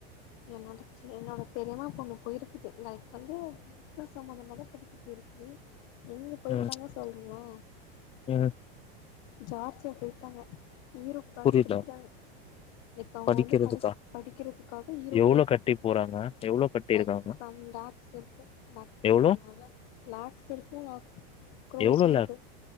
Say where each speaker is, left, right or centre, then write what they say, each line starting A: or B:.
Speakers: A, on the left; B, on the left.
A: என்னோட என்னோட பெரியமா பொண்ணு போயிருக்குது லைக் வந்து பிஸ்னஸ் சம்மந்தமாதா படிக்க போயிருக்கு எங்க போயிருக்காங்க
B: ம்
A: சொல்றனா
B: ம்
A: ஜார்ஜியா போய்ற்காங்க யூரோப் தாண்டி
B: புரில
A: படிக்கிறாங்க லைக் அவுங்க
B: படிக்கிறதுக்கா
A: வந்து படி படிக்கிறதுக்காக யூரோப்
B: எவ்ளோ
A: போயிருக்காங்க
B: கட்டி போறாங்க எவ்ளோ கட்டிருக்காங்க
A: லைக் சம் லாக்ஸ் இருக்கு லாக்ஸ்
B: எவ்ளோ
A: <unintelligible> லாக்ஸ் இருக்குங்க க்ரோர்ஸு
B: எவ்ளோல
A: இருக்கு